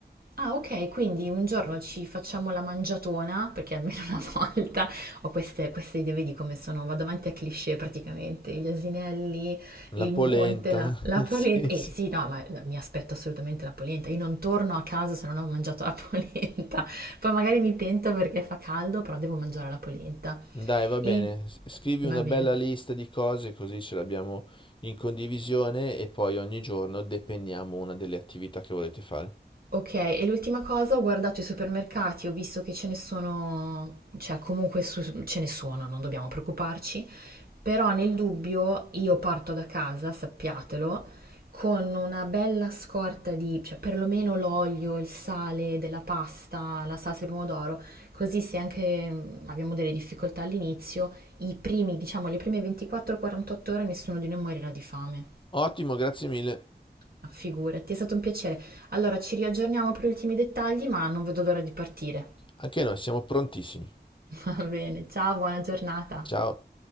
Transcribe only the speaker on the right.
Ah, ok, quindi un giorno ci facciamo la mangiatona, perché almeno una <laughs> volta ho queste, queste idee, vedi come sono, vado avanti a cliché praticamente, gli asinelli, il
monte, la, la
polenta.
Eh sì, no, ma mi aspetto assolutamente la polenta, io non torno a casa se non ho mangiato la <laughs> polenta, poi magari mi pento perché fa caldo, però devo mangiare la polenta.
E
va
bene.
Ok, e l'ultima cosa, ho guardato i supermercati, ho visto che ce ne sono, cioè comunque su- ce ne sono, non dobbiamo preoccuparci. Però nel dubbio io parto da casa, sappiatelo, con una bella scorta di, cioè perlomeno l'olio, il sale della pasta, la salsa di pomodoro, così se anche mm, abbiamo delle difficoltà all'inizio, i primi, diciamo, le prime 24-48 ore nessuno di noi morirà di fame.
Ma Figurati, è stato un piacere. Allora ci riaggiorniamo per gli ultimi dettagli, ma non vedo l'ora di partire.
<laughs> Va bene, ciao, buona giornata.